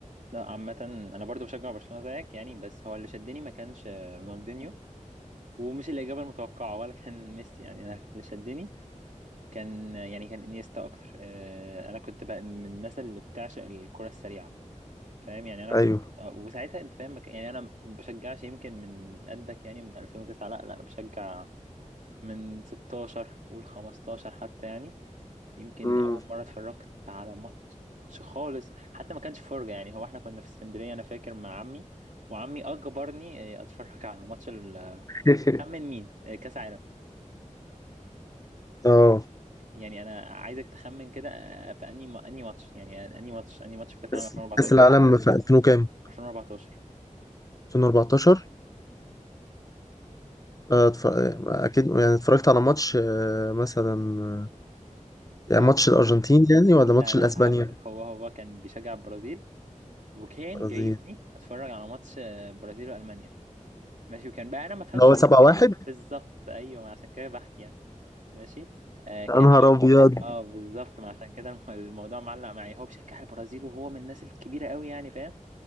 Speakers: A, on the right; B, on the left.
A: لا عامه انا برضو بشجع برشلونه زيك يعني بس هو اللي شدني ما كانش آه، رونالدينيو ومش الاجابه المتوقعه ولا كان ميسي يعني انا اللي شدني كان يعني كان انيستا اكتر آه، انا كنت بقى من الناس اللي بتعشق الكره السريعه فاهم يعني انا كنت
B: أيوه
A: آه، وساعتها انت فاهم مك- يعني انا ما بشجعش يمكن من قدك يعني من 2009 لا لا انا بشجع من 16 قول 15 حتى يعني يمكن
B: امم
A: اول مره اتفرجت على ماتش خالص حتى ما كانش فرجه يعني هو احنا كنا في اسكندريه انا فاكر مع عمي وعمي اجبرني آه، اتفرج على ماتش ال
B: <laughs>
A: خمن مين آه، كاس عالم
B: اه
A: يعني انا عايزك تخمن كده آه، في انهي انهي ماتش يعني انهي ماتش انهي ماتش في كاس عالم
B: بس
A: 2014
B: كأس العالم في 2000 وكام
A: 2014
B: 2014 آه، اتف- اكيد يعني اتفرجت على ماتش آه، مثلا آه، يعني
A: امم
B: ماتش الارجنتين يعني ولا
A: لا
B: ماتش
A: لا
B: الاسبانيا
A: هقول لك هو هو كان بيشجع البرازيل وكان
B: البرازيل
A: جايبني اتفرج على ماتش آه، برازيل والمانيا ماشي وكان بقى انا ما فهمش
B: اللي هو
A: حاجه
B: 7-1
A: بالظبط ايوه عشان كده بحكي يعني ماشي آه كان
B: يا نهار
A: أول-
B: ابيض
A: اه
B: <laughs>
A: بالظبط ما عشان كده الم- الموضوع معلق معايا هو بيشجع البرازيل وهو من الناس الكبيره قوي يعني فاهم